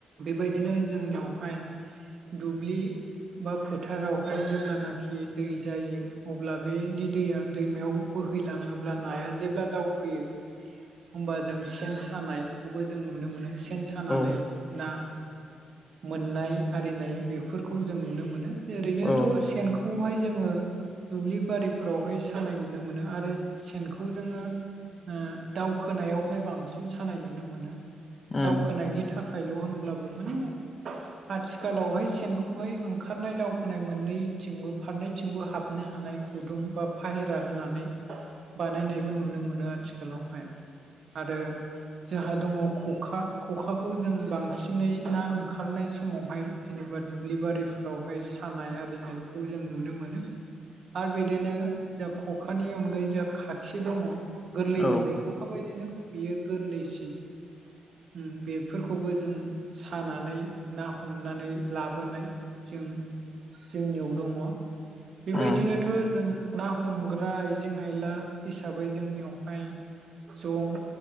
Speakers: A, on the right (about 60°); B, on the left (about 35°).
A: बेबायदिनो जोंनियावहाय दुब्लि बा फोथारावहाय जेब्लानाखि दै जायो अब्ला बेनि दैया दैमायाव बोहैलाङोब्ला नाया जेब्ला दावफैयो होमबा जों सेन सानायखौबो जों नुनो मोनो सेन सानानै
B: औ
A: ना मोननाय आरिनाय बेफोरखौ जों नुनो मोनो ओरैनोथ'
B: औ
A: सेनखौ खौहाय जोङो दुब्लि बारिफ्रावहाय सानाय नुनो मोनो आरो सेनखौ जोङो ओ दावखोनायावहाय बांसिन सानाय नुनो मोनो
B: उम
A: दावखोनायनि थाखाय थाखाइल' होनब्लाबो माने आथिखालावहाय सेनखौहाय ओंखारनाय दावखोनाय मोननैथिंबो फारनैथिंबो हाबनो हानाय गुदुं बा फाहेरा होनानै बानायनायबो नुनो मोनो आथिखालावहाय आरो जोंहा दङ खखा खखाखौ जों बांसिनै ना ओंखारनाय समावहाय जेनेबा दुब्लि बारिफोरावहाय सानाय आरिनाय खौ जों नुनो मोनो आरो बिदिनो जा खखानि अनगायै जा खाखि दङ गोरलै
B: औ
A: गोरलै खखा बायदिनो बियो गोरलैसिन उम बे बेफोरखौबो जों सानानै ना हमनानै लाबोनाय जों जोंनियाव दङ बेबायदिनोथ
B: उम
A: जों ना हमग्रा आइजें आयला हिसाबै जोंनियावहाय जं